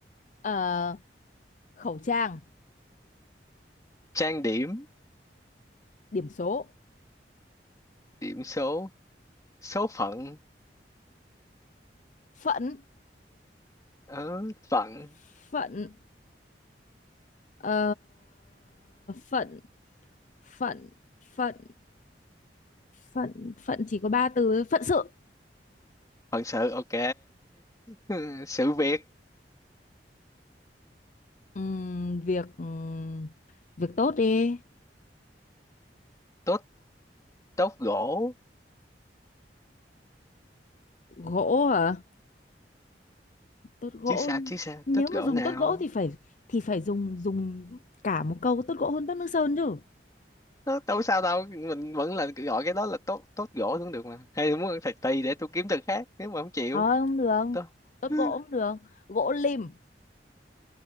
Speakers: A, on the left; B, on the left.
A: ờ khẩu trang
B: trang điểm
A: điểm số
B: điểm số số phận
A: phận
B: ờ, phận
A: phận Ờ, phận phận phận phận phận chỉ có ba từ thôi. phận sự
B: phận sự ok <laughs> sự việc
A: Ừm, việc ừm, việc tốt đi
B: tốt tốt gỗ
A: gỗ hả tốt gỗ
B: chứ sao chứ sao
A: nếu
B: tốt
A: mà
B: gỗ
A: dùng
B: nào
A: tốt gỗ thì phải thì phải dùng dùng cả một câu tốt gỗ hơn tốt nước sơn chứ
B: Ờ, đâu sao đâu mình vẫn là gọi cái đó là tốt tốt gỗ cũng được mà hay muốn ăn thạch tỳ để tôi kiếm từ khác nếu mà không chịu
A: thôi không được
B: tôi <gasps>
A: tốt
B: <laughs>
A: gỗ không được gỗ lim